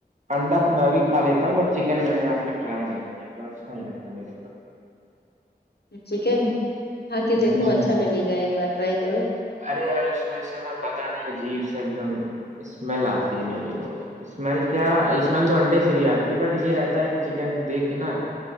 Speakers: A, on the right; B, on the left.
A: انڈا تو میں بھیھا لیتا ہوں ب چکن میں نے آج تک ٹرائی نہیں کیا مطل اچھا نہیں لگتا میرے ب
B: چکن کھا
A: ہوں
B: کے دیکھو اچھا لگے گا ایک بار ٹرائی کرو
A: ارے یار اس میں سے میں پتا نہیں ہے جیب سے ایک دم اسمیل آتی ہے میرے کو اسمیل کیا اسمیل تو انڈے سے بھی آتی بٹ یہ رہتا ہے کہ چکن دیکھ کے نا